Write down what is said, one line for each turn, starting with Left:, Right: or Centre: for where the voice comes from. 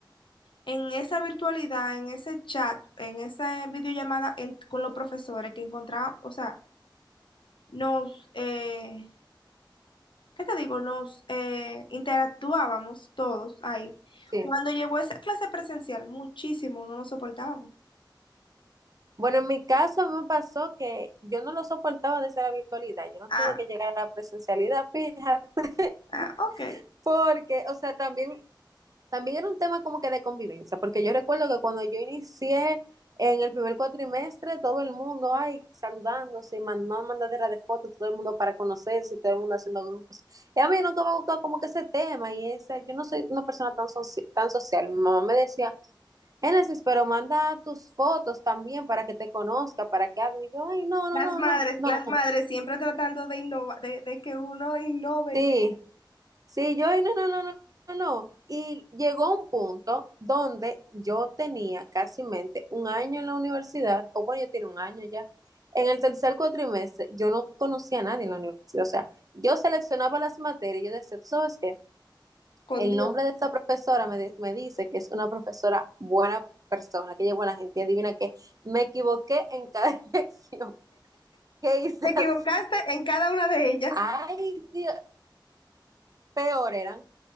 Left: en esa virtualidad, en ese chat, en esa videollamada en- con los profesores que encontraban, o sea, nos, eh, ¿qué te digo? Nos eh, interactuábamos todos ahí.
Right: Sí.
Left: Cuando llegó esa clase presencial, muchísimo, no nos soportábamos.
Right: Bueno, en mi caso a mí me pasó que yo no lo soportaba desde la virtualidad, yo no
Left: Ah,
Right: tuve que llegar a la presencialidad, fíjate. <laughs>
Left: ah, ok.
Right: Porque, o sea, también también era un tema como que de convivencia, porque yo recuerdo que cuando yo inicié en el primer cuatrimestre, todo el mundo, ay, saludándose, y mandando mandadera de fotos, todo el mundo para conocerse, y todo el mundo haciendo grupos. Y a mí nunca me gustó como que ese tema, y ese, yo no soy una persona tan, soci tan social. Mi mamá me decía, Génesis, pero manda tus fotos también para que te conozca, para que hable. Y yo, ay, no,
Left: Las
Right: no, no,
Left: madres,
Right: no, no,
Left: las madres siempre tratando de innovar, de, de que uno innove
Right: sí,
Left: y
Right: Sí, yo, "Ay, no, no, no, no, no, no. Y llegó un punto donde yo tenía casi mente un año en la universidad, o bueno, yo tenía un año ya. En el tercer cuatrimestre, yo no conocía a nadie en la universidad. O sea, yo seleccionaba las materias y yo decía, ¿tú sabes qué?
Left: con
Right: El
Left: Dios.
Right: nombre de esta profesora me, di- me dice que es una profesora buena persona, que ella es buena gente. Y adivina qué, me equivoqué en cada <laughs> elección. ¿Qué hice
Left: Te equivocaste
Right: así?
Left: en cada una de ellas.
Right: Ay, Dios, peor eran.